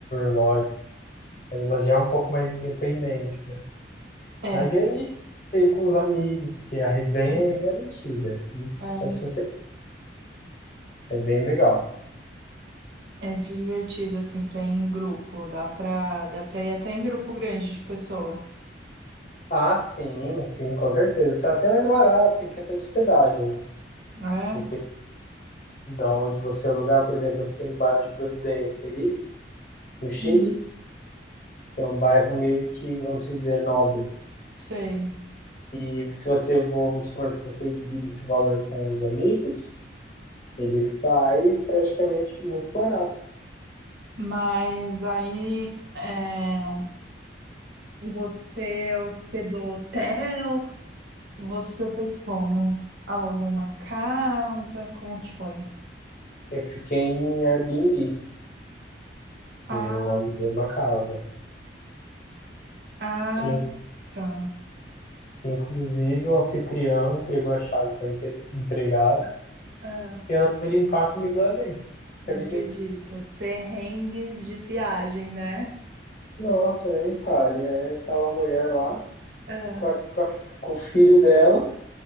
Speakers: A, on the left; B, on the right.
A: lógico. Mas Ela já é um pouco mais independente, né?
B: É,
A: Mas eu indiquei com os amigos que a resenha é garantida. Isso
B: é.
A: pode ser certeza. É bem legal.
B: É divertido assim pra ir em grupo, dá pra, dá pra ir até em grupo grande de pessoa,
A: Ah, sim, sim, com certeza. Isso é até mais barato em questão de hospedagem, né?
B: né?
A: Depende de onde você alugar. Por exemplo, eu fiquei no bairro de Providência ali, no Chile.
B: Uhum.
A: que É um bairro meio que, vamos dizer, nobre.
B: Sei.
A: E se você, vamos supor, que você divida esse valor com os amigos, Ele sai praticamente muito barato.
B: Mas aí. É... Você hospedou hotel? Você fez como? Alugou uma casa? Como que foi?
A: Eu fiquei em Airbnb.
B: Ah,
A: Eu aluguei uma casa.
B: ah,
A: Que,
B: tá.
A: inclusive, o anfitrião entregou a chave para empregada
B: Ah,
A: e ela foi limpar comigo lá dentro. Você
B: não
A: acredita?
B: acredito. Perrengues de viagem, né?
A: Nossa, nem me fale. Aí tava a mulher lá
B: Ah,
A: com, a- com a- com o filho dela.